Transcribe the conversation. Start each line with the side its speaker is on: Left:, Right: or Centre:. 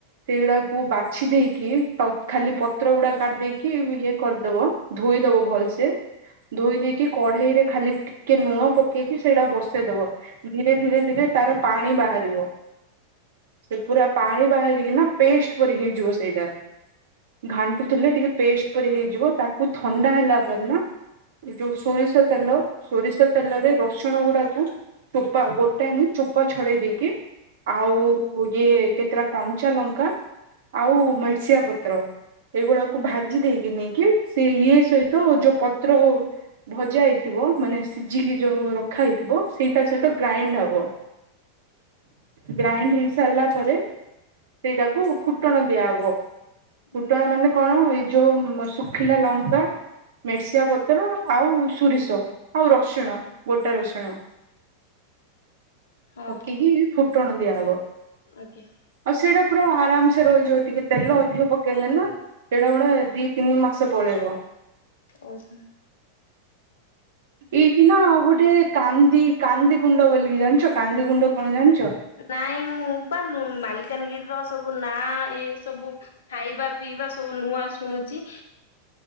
Right: ସେଇଗୁଡାକୁ ବାଛି ଦେଇେଇକି ତ ଖାଲି ପତ୍ର ଗୁଡା କାଢିଦେଇକି ଇଏ କରିଦବ। ଧୋଇ ଦବ ଭଲସେ ଧୋଇ ଦେଇକି କଢେଇରେ ଖାଲି ଟିକେ ନୁଣ ପକେଇକି ସେଇଟା ବସେଇଦବ। ଧୀରେ ଧୀରେ ଧୀରେ ତାର ପାଣି ବାହାରିବ ସେ ପୁରା ପାଣି ବାହାରିକି ନା ପେଷ୍ଟ ପରି ହେଇଯିବ ସେଇଟା। ଘାଣ୍ଟୁଥିଲେ ଟିକେ ପେଷ୍ଟ ପ ହେଇଯିବ ତାକୁ ଥଣ୍ଡା ହେଲା ପରେ ନା ଯୋଉ ସୋରିଷ ତେଲ ସୋରିଷ ତେଲରେ ରସୁଣ ଗୁଡାକୁ ଚୋପା ଗୋଟା ହିଁ ଚୋପା ଛଡେଇ ଦେଇକି ଆଉ ଇଏ କେତେଟା କଞ୍ଚା ଲଙ୍କା ଆଉ ମିର୍ସିଆ ପତ୍ର ଏଇଗୁଡାକୁ ଭାଜି ଦେଇକି ନେଇକି ସେ ଇଏ ସହିତ ଯୋଉ ପତ୍ର ହୋଉ ଭଜା ହେଇଥିବ ମାନେ ସିଝିକି ଯୋଉ ରଖା ହେଇଥିବ ସେଇଟା ସହିତ ଗ୍ରାଇଣ୍ଡ ହବ। ଗ୍ରାଇଣ୍ଡ ହେ ସାରିଲା ପରେ ସେଇଟାକୁ ଫୁଟଣ ଦିଆ ହବ।
Left: ହୁଁ
Right: କୁଟଣ ମାନେ କଣ ଏଇ ଯୋଉ ମ ଶୁଖିଲା ଲଙ୍କା ମେସିଆ ପତ୍ର ଆଉ ସୋରିଷ ଆଉ ରସୁଣ ଗୋଟା ରସୁଣ
Left: ହଁ।
Right: ଏତିକି ଫୁଟଣ ଦିଆ ହବ।
Left: ଆଜ୍ଞା।
Right: ଆଉ ସେଇଟା ପୁରା ଆରାମସେ ରହିଯିବ ଟିକେ ତେଲ ଅଧିକ ପକେଇଲେ ନା ସେଇଟା ପୁରା ଦି ତିନି ମା ସେ ପଳେଇବ।
Left: ଓ ହଁ।
Right: ଏଇଠି ନା ଆଉ ଗୋଟେ କାନ୍ଦି କାନ୍ଦି ଗୁଣ୍ଡ ବୋଲିକି ଜାଣିଚ କାନ୍ଦି ଗୁଣ୍ଡ କଣ ଜାଣିଚ?
Left: ନାଇଁ ମୁଁ ପା ନୁ ମାଲକାନଗିରିର ସବୁ ନାଁ ଇଏ ସବୁ ଖାଇବା ପିଇବା ସବୁ ନୂଆ ଶୁଣୁଚି।